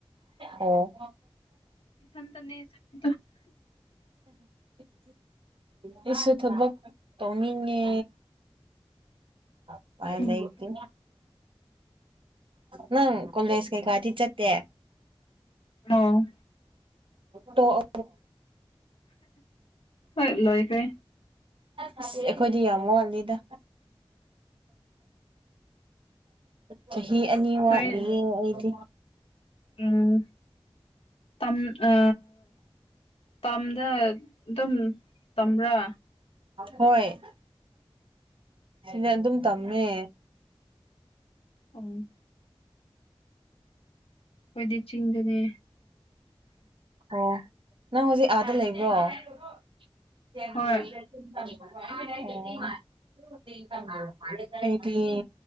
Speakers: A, on the right; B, on the left.
A: ꯑꯣ
B: ꯏꯊꯟꯇꯅꯦ ꯆꯠꯄ
A: ꯎ ꯑꯩꯁꯨ ꯊꯕꯛ ꯇꯧꯅꯤꯡꯉꯦ ꯎꯄꯥꯏ
B: ꯎꯝ
A: ꯂꯩꯇꯦ ꯅꯪ ꯀꯣꯜꯗꯦꯁ ꯀꯩꯀꯗꯤ ꯆꯠꯇꯦ
B: ꯑ
A: ꯇꯣ ꯑ
B: ꯍꯣꯏ ꯂꯣꯏꯈ
A: ꯑꯁ ꯑꯩꯈꯣꯏꯗꯤ ꯌꯥꯝ ꯋꯥꯜꯂꯤꯗ ꯆꯍꯤ ꯑꯅꯤ ꯋꯥꯠꯂꯤꯌꯦꯦ
B: ꯅꯣꯏ
A: ꯑꯩꯗꯤ
B: ꯎꯝ ꯇꯝ ꯑ ꯇꯝꯗ ꯑꯗꯨꯝ ꯇꯝꯕ꯭ꯔꯥ
A: ꯍꯣꯏ ꯁꯤꯅꯦ ꯑꯗꯨꯝ ꯇꯝꯃꯦ
B: ꯎꯝ ꯑꯩꯣꯏꯗꯤ ꯆꯤꯡꯗꯅꯦ
A: ꯑꯣ ꯅꯪ ꯍꯧꯖꯤꯛ ꯑꯥꯗ ꯂꯩꯕ꯭ꯔꯣ <unintelligible>
B: ꯍꯣꯏ
A: ꯗꯤ